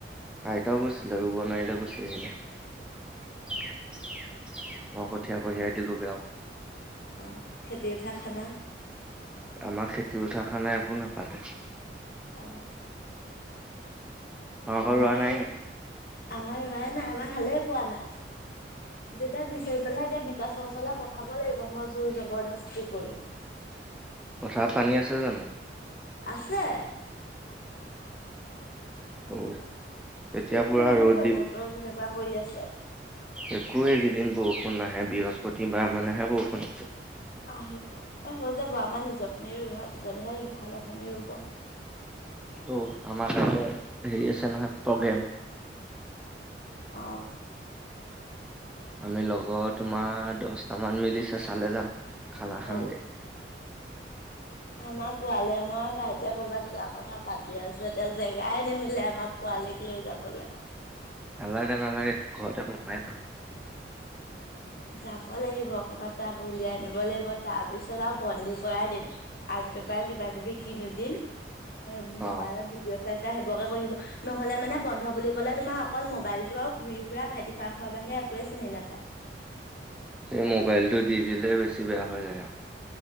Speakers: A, in the centre; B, on the left.
A: আইতাও কৈছিলে ৰুব নোৱাৰিলে গুচি আহিলে মই কঠীয়া কঢ়িয়াই দিলোগে আও
B: অ খেতি উঠা খানা।
A: আমাৰ খেতি উঠাৰ খানা একো নাপাতে।
B: অ
A: অ কৰোৱা
B: মই সেই
A: নাই নি
B: আমাৰ ৰোৱৱাইে নাই আমাৰ হালে পোৱা নাই দেতাক বিচাৰি পেলাইহে এতিয়া বিকাশ চচলে পঠাব লাগিব মই জোৰ জবৰদস্তি কৰি
A: পথাৰত পানী আছে জানো
B: আছে।
A: অ এতিয়া
B: বৰষুণ
A: পুৰা
B: আহিবই
A: ৰ'দ
B: বতৰ যেনেকুৱা কৰি আছে
A: একোৱ এইকেইদিন বৰষুণ নাহে বৃহস্পতিবাৰ মানেহে বৰষুণ আছে।
B: আহিব এ হৈ যাব আমাৰ নিজৰ খিনি হোৱাৰ পিছতহে ইফালৰ খিনি ৰুব
A: অ আমাৰ কাৰণে হেৰি আছে নহয় প্ৰগ্ৰেম
B: অ
A: আমি লগৰ তোমাৰ দহটামান মিলি চচালে যাম খানা খামগে
B: ঔ আমাৰ পোৱালিয় মই ভাইট কৰ'বাত যোৱা কথা পাতি আছো এতিয়া জেগাই নিমিলে আমাৰ প পালিক লৈ যাবলৈ।
A: নালাগে নালাগে ঘৰতে সোমাই থাক
B: যাব লাগিব অকবাত তাক উলিয়াই আনিব লাগিব তাৰ পিছত আৰু বন্দী কৰাই দিম পেপাৰ কিবা কিবি কিনি দিম মবাইলত
A: অ
B: ভিডিঅ চাই চাই সেইবোৰকে নহ'লে মানে বন্ধ বুলি ক'লে তোমাৰ অকল মোবাইলতটো আৰু ঘূৰি ফুৰা ভাইটি খুৰা ঘৰৰ বাহিৰে একোৱে চিনি নাপায়
A: এই মোবাইলটো দি দিলে বেছি বেয়া হৈ যায় আৰু